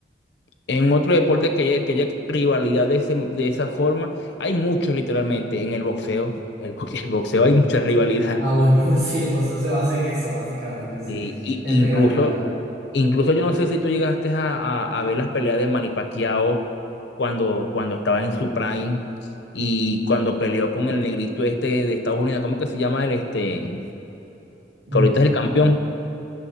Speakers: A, on the left (about 80°); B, on the right (about 70°).
A: En otro deporte que haya, que haya rivalidad de, ese- de esa forma, hay muchos literalmente en el boxeo. El boxeo, <laughs> el boxeo hay mucha rivalidad.
B: Ah, bueno, <laughs> pues sí, el boxeo se basa en eso, básicamente, sí,
A: Y, y-
B: en
A: y
B: rivalidad.
A: incluso, incluso yo no sé si tú llegaste a, a- a ver las peleas de Manny Pacquiao cuando, cuando estaba en su prime y cuando peleó con el negrito este de Estados Unidos, ¿cómo que se llama el este?
B: Mm,
A: Que ahorita es el campeón.